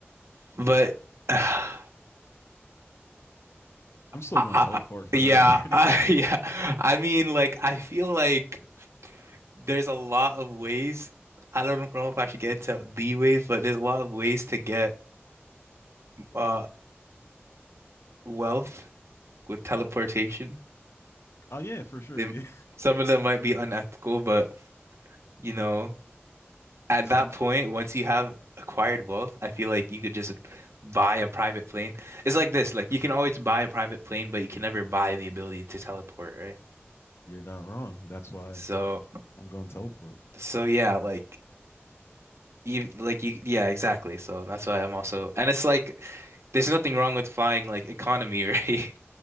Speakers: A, on the right; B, on the left.
A: but, <sighs> I,
B: I'm still
A: I-
B: going to teleport for
A: yeah,
B: the record.
A: I,
B: <laughs>
A: <laughs> yeah, I mean, like, I feel like there's a lot of ways. I don't know if I should get into the ways, but there's a lot of ways to get, uh, wealth with teleportation.
B: oh yeah, for sure.
A: They
B: Yeah,
A: some of them might be unethical, but you know, at
B: some
A: that point, once you have acquired wealth, I feel like you could just buy a private plane. It's like this, like you can always buy a private plane, but you can never buy the ability to teleport, right?
B: you're not wrong. That's why
A: So,
B: I'm going to teleport.
A: so yeah, like you, like you, yeah, exactly. So that's why I'm also, and it's like there's nothing wrong with flying like economy, <laughs> right?